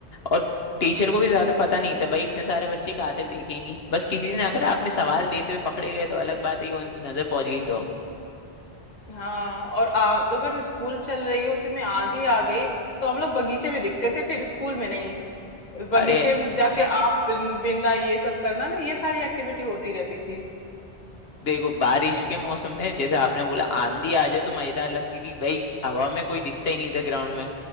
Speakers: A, on the left; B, on the left.
A: और टीचर को भी ज्यादा पता नहीं था भाई इतने सारे बच्चे कहाँ तक देखेंगी बस किसी ने आकर आपने सवाल देते हुए पकड़े गए तो अलग बात है कि उनकी नजर पहुंच गई तो
B: हाँ और आ, तो अगर स्कूल चल रही है उसमें आंधी आ गई तो हम लोग बगीचे में दिखते थे फिर स्कूल में नहीं बगीचे
A: अरे
B: में जाके आम बिन, बिनना ये सब करना ना ये सारी एक्टिविटी होती रहती थी
A: देखो बारिश के मौसम में जैसे आपने बोला आंधी आ जाए तो मजेदार लगती थी भाई हवा में कोई दिखता ही नहीं था ग्राउंड में